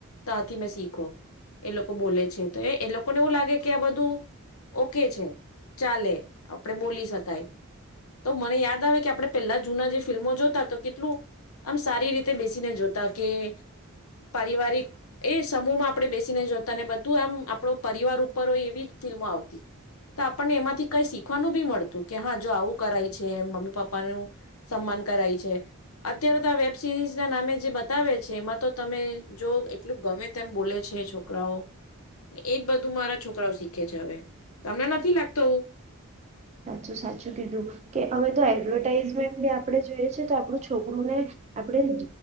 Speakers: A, on the left (about 75°); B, on the right (about 30°).
A: તા થી મેં શીખો એ લોકો બોલે છે. એ એ લોકોને એવું લાગે કે આ બધું ઓકે છે ચાલે આપણે બોલી શકાય તો મને યાદ આવે કે આપણે પેલા જૂના જે ફિલ્મો જોતા તો કેટલું આમ સારી રીતે બેસીને જોતા કે પારિવારિક એ સમૂહમાં આપણે બેસીને જોતા ને બધું આમ આપડો પરિવાર ઉપર હોય એવી ફિલ્મો આવતી. તો આપણને એમાંથી કઈ શીખવાનું બી મળતું કે હા જો આવું કરાય છે મમ્મી પપ્પાનું સન્માન કરાય છે અત્યારે તો આ વેબ સિરીઝ ના નામે જે બતાવે છે. એમાં તો તમે જો એટલું ગમે તેમ બોલે છે છોકરાઓ એજ બધું મારા છોકરાઓ શીખે છે હવે. તમને નથી લાગતો આવુ.
B: સાચું સાચું કીધું કે હવે તો એડવર્ટાઝમેન્ટ આપ આપણે જોઈએ છે તો આપણું છોકરુંને આપણે